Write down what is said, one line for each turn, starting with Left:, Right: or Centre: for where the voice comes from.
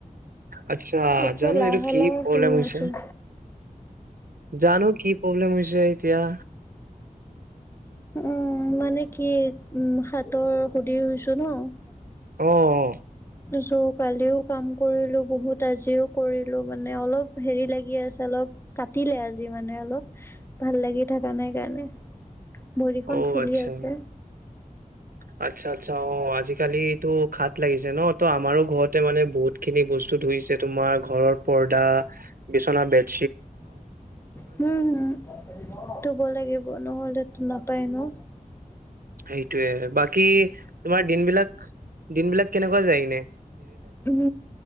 Right: আচ্ছা
Left: একে
Right: জানো
Left: লাহে
Right: এইটো কি
Left: -লাহে
Right: প্ৰব্লেম
Left: শুনি
Right: হৈছে
Left: আছো।
Right: জানো কি প্ৰব্লেম হৈছে এতিয়া।
Left: উম মানে কি উ হাতৰ সুধিৰ ৰুইছো ন'
Right: অ -অ
Left: চ' কালিও কাম কৰিলো বহুত আজিও কৰিলো মানে অলপ হেৰি লাগি আছে অলপ। প কাটিলে আজি মানে অলপ ভাল লাগি থকা নাই কাৰণে ভৰিখন
Right: অ
Left: ফুলি
Right: আচ্ছা
Left: আছে।
Right: -আচ্ছা -আচ্ছা অ আজিকালি খাত লাগিছে ন ত আমাৰো ঘৰতে মানে বহুত খিনি বস্তু ধুইছে তোমাৰ ঘৰৰ পৰ্দা বিচনা বেত
Left: হম হম ধুব লাগিব নহ'লে। নাপাই নো।
Right: সেইটোয়ে বাকী তোমাৰ দিন বিলাক দিন বিলাক কেনেকুৱা যায়নে।
Left: উম